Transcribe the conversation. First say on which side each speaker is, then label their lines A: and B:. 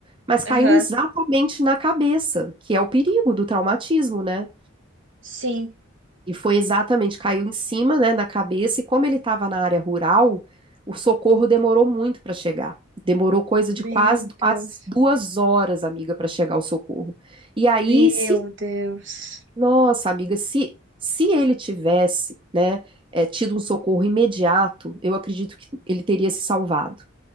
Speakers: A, on the right; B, on the right.
A: mas caiu
B: Aham,
A: exatamente na cabeça, que é o perigo do traumatismo, né?
B: sim.
A: E foi exatamente, caiu em cima, né, na cabeça, e como ele estava na área rural, o socorro demorou muito para chegar. Demorou coisa de
B: Meu
A: quase,
B: Deus.
A: quase duas horas, amiga, para chegar o socorro. E aí,
B: Meu
A: se,
B: Deus.
A: nossa, amiga, se, se ele tivesse, né, eh, tido um socorro imediato, eu acredito que ele teria se salvado.